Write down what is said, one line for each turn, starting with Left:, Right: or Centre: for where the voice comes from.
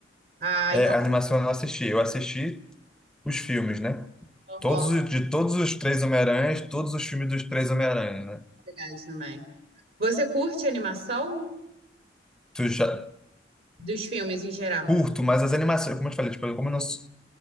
Right: Ah,
Centre: É,
Right: então,
Centre: a animação eu não assisti, eu assisti os filmes, né?
Right: horror,
Centre: Todos, os- de todos os três Homem-Aranhas, todos os filmes dos três Homem-Aranhas, né?
Right: legais também. Você curte animação
Centre: Tu já
Right: dos filmes em geral?
Centre: curto, mas as animações, como eu te falei, tipo, como eu não, sou-